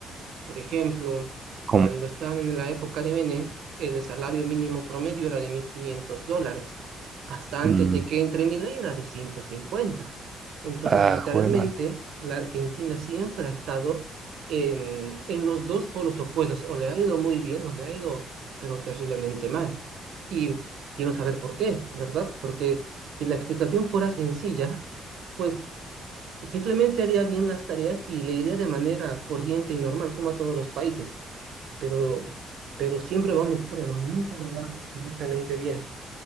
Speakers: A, on the right; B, on the right.
A: Por ejemplo, cuando
B: Como,
A: estaban en la época de Menem, el salario mínimo promedio era de 1.500 dólares. Hasta antes
B: mm,
A: de que entre Milei era de ciento cincuenta Entonces,
B: ah,
A: literalmente,
B: joder, man.
A: la Argentina siempre ha estado en, en los dos polos opuestos. O le ha ido muy bien o le ha ido, pero terriblemente mal. Y quiero saber por qué, ¿verdad? Porque si la explicación fuera sencilla, pues Simplemente haría bien las tareas y le iría de manera corriente y normal, como a todos los países, pero, pero siempre va a un extremo, nunca le va correctamente bien.